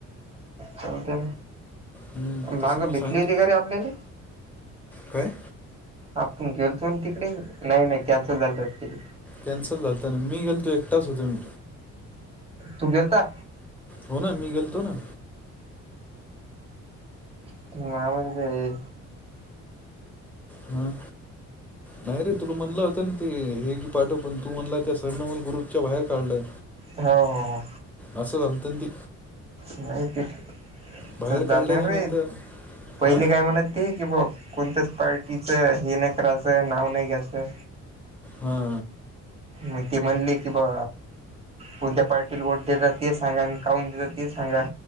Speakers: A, on the right; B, in the centre.
A: चालते
B: हम्म, तसं
A: मंग
B: मी सांगतो
A: भेटली होती का रे आपल्याला?
B: काय
A: आपण गेलतो तिकडे नाही नाही कॅन्सल झालं वाटतं तिकडे.
B: कॅन्सल झालंत ना मी गेलतो एकटाच होतो मी.
A: तू गेलता
B: हो ना मी गेलतो ना.
A: तू मला म्हणजे काय रे
B: हम्म. नाही रे तुला म्हणल होत ना ते हे गी पाठव, पण तू म्हणला त्या सरनं मला त्या ग्रुपच्या बाहेर काढलं.
A: हो हो हो.
B: असं झालतीन ती.
A: नाही ते चल
B: बाहेर
A: जाऊद्या
B: काढल्याच्या
A: रे.
B: नंतर
A: पहिले
B: हां
A: काय म्हणायचं? ठीक आहे बुवा. कोणत्याच पार्टीचं हे नाही करायचं, नाव नाही घ्यायचं.
B: हा.
A: मग ती म्हणली की बा कोणत्या पार्टीला वोट देतात ते सांगा आणि काहून देतात ते सांगा.